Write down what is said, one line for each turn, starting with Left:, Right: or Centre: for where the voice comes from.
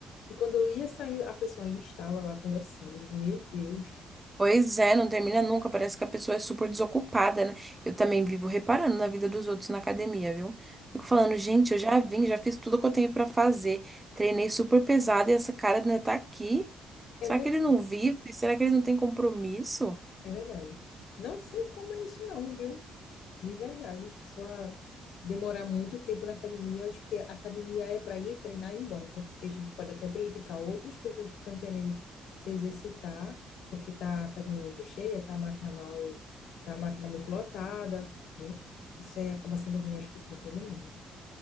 Left: E quando eu ia sair, a pessoa ainda estava lá conversando. Meu Deus,
Right: Pois é, não termina nunca. Parece que a pessoa é super desocupada, né? Eu também vivo reparando na vida dos outros na academia, viu? Fico falando, gente, eu já vim, já fiz tudo que eu tenho pra fazer. Treinei super pesado e essa cara ainda tá aqui.
Left: é
Right: Será
Left: verdade,
Right: que ele não vive? Será que ele não tem compromisso?
Left: é verdade. Não sei como é isso não, viu? De verdade, a pessoa demorar muito tempo na academia, eu acho que a academia é para ir treinar e ir embora, até porque a gente pode até prejudicar outras pessoas que estão querendo se exercitar, porque tá a academia muito cheia, tá a máquina mal, tá a máquina muito lotada, né? Isso aí acaba sendo ruim, acho que para todo mundo.